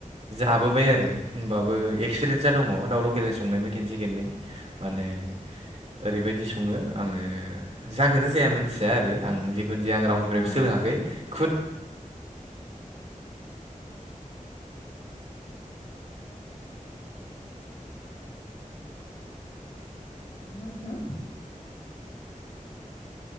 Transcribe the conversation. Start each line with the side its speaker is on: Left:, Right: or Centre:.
Right: जाबोबाय आरो हब एक्सपिरियेन्स दङ दाउ लकेलनि संनायबो खनसे खनै माने ओरैबायदि स सुङो आङो जागोना जाया मिथिया आरो आं जिुन जे आं रावनिफ्रायबो
Left: नोंथां
Right: सोलोङाखै खुद
Left: हेल' नोंथां।